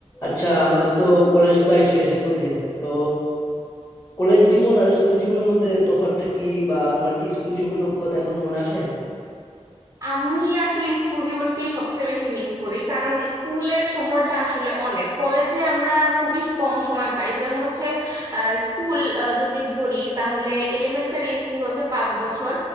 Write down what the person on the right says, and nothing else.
আমি আসলে স্কুল জীবনকেই সবচেয়ে বেশি মিস করি কারণ স্কুলের সময়টা আসলে অনেক কলেজে আমরা খুবই কম সময় পাই যেমন হচ্ছে আহ, স্কুল আহ, যদি ধরি তাহলে এলিমেন্টারি স্কুল হচ্ছে পাঁচ বছর